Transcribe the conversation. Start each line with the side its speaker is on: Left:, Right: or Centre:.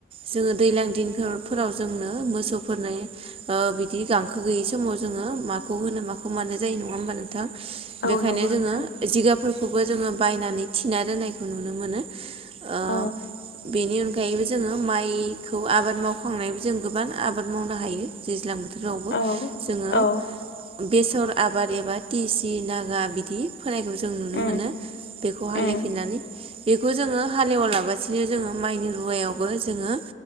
Right: जोङो दैज्लां दिनफोराव फो जोंनो मोसौफोरनो ओ बिदि गांखो गैयै समाव जोङो माखौ होनो माखौ मानो जायो नङा होनबा नोंथां बेखायनो
Left: औ नंगौ नोंथां
Right: जोङो जिगाबफोर खौबो जोङो बायनानै थिना दोननायखौ नुनो मोनो। ओ
Left: अ
Right: बेनि अनगायैबो जोङो माइखौ आबाद मावखांनानैबो जों गोबां आबाद मावनो हायो दैलां बोथोरावबो
Left: औ
Right: जोङो
Left: औ
Right: बेसर आबाद एबा टिसि नागा बिदि फोनायखौ जों नुनो
Left: उम
Right: मोनो बेखौ
Left: उम
Right: हालिफिननानै बेखौ जोङो हालेवालाबासिनो जोङो माइनि रुवायावबो जोङो